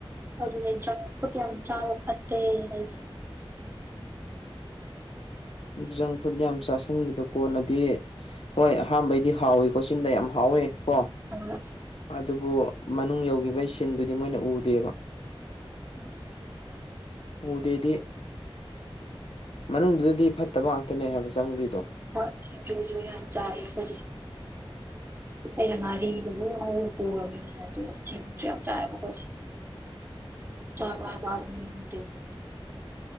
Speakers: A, on the right; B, on the left.
A: ꯑꯗꯨꯅꯦ ꯆꯥꯝꯐꯨꯠ ꯌꯥꯝ ꯆꯥꯕꯥ ꯐꯠꯇꯦ ꯍꯥꯏꯖ
B: ꯖꯪ ꯐꯨꯗ ꯌꯥꯝ ꯆꯥꯁꯤꯟꯕꯗꯣ ꯀꯣꯟꯅꯗꯤ ꯍꯣꯏ ꯑꯍꯝꯕꯩꯗꯤ ꯍꯥꯎꯋꯀꯣ ꯆꯤꯟꯗ ꯌꯥꯝ ꯍꯥꯎꯋꯦ ꯀꯣ
A: <unintelligible>
B: ꯑꯗꯨꯕꯨ ꯃꯅꯨꯡ ꯌꯧꯈꯤꯕꯒꯤ ꯁꯤꯟꯗꯨꯗꯤ ꯃꯣꯏꯅ ꯎꯗꯦꯕ
A: <unintelligible>
B: ꯎꯗꯦꯗꯤ ꯃꯅꯨꯡꯗꯨꯗꯗꯤ ꯐꯠꯇꯕ ꯉꯥꯛꯇꯅꯦ ꯍꯥꯏꯕ ꯆꯪꯗ꯭ꯔꯤꯗꯣ
A: ꯍꯣꯏ ꯖꯨꯖꯨ ꯌꯥꯝ ꯆꯥꯌꯦ ꯈꯣꯏꯖ ꯑꯩꯅ ꯉꯥꯔꯤꯗꯨꯕꯨ ꯉ ꯄꯨꯔꯕꯃꯤꯅꯤꯅ ꯑꯗꯨ ꯁꯦꯡꯨꯁꯨ ꯌꯥꯝ ꯆꯥꯏꯕ ꯃꯈꯣꯠꯁꯦ <unintelligible>